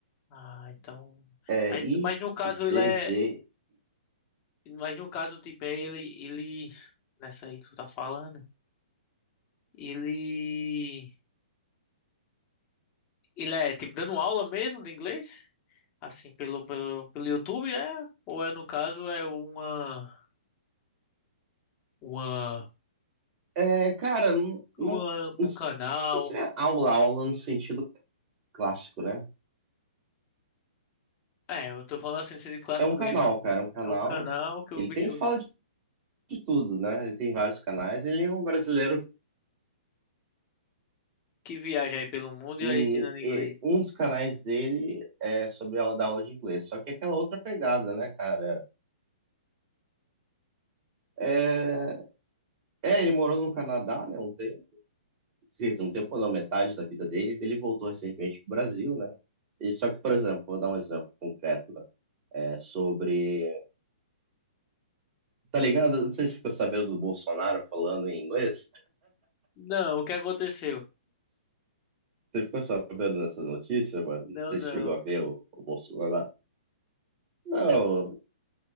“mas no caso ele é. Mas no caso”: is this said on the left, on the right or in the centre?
Left